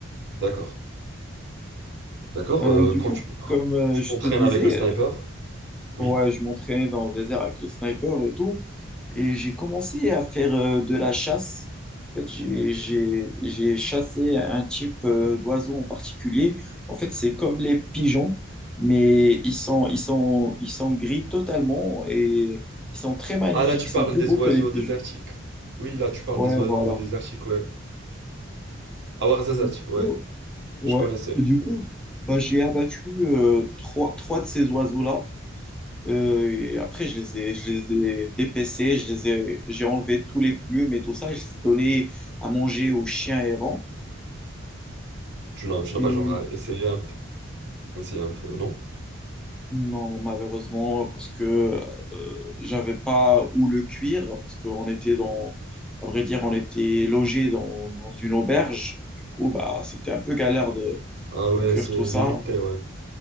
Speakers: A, on the right (about 60°); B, in the centre.
A: D'accord, d'accord.
B: Euh,
A: Euh,
B: du
A: quand
B: coup,
A: tu
B: comme euh,
A: tu
B: je
A: t'entraînes
B: te disais,
A: avec le sniper, oui.
B: Ouais, je m'entraînais dans le désert avec le sniper et tout. Et j'ai commencé à faire euh, de la chasse. En fait, j'ai, j'ai, j'ai chassé un type euh, d'oiseau en particulier. En fait, c'est comme les pigeons, mais ils sont, ils sont, ils sont gris totalement et ils sont très magnifiques.
A: Ah là, tu
B: Ils sont
A: parles
B: plus
A: des
B: beaux
A: oiseaux
B: que les pigeons.
A: désertiques. Oui, là, tu parles
B: Ouais,
A: des oiseaux
B: voilà.
A: désertiques, ouais. Awarzazat,
B: Et du
A: ouais.
B: coup, ouais.
A: Je connaissais.
B: Et du coup, bah, j'ai abattu euh, trois, trois de ces oiseaux-là. Euh, et après, je les ai, je les ai dépécés, je les ai, j'ai enlevé tous les plumes et tout ça, je les ai donnés à manger aux chiens errants.
A: Tu n'as tu
B: Et
A: n'as pas genre essayé un peu, essayé un peu, non?
B: non, malheureusement, parce que euh, j'avais pas où le cuire, parce qu'on était dans, à vrai dire, on était logé dans, dans une auberge. Du coup, bah, c'était un peu galère de,
A: Ah ouais,
B: de cuire
A: c'est
B: tout ça.
A: limité, ouais.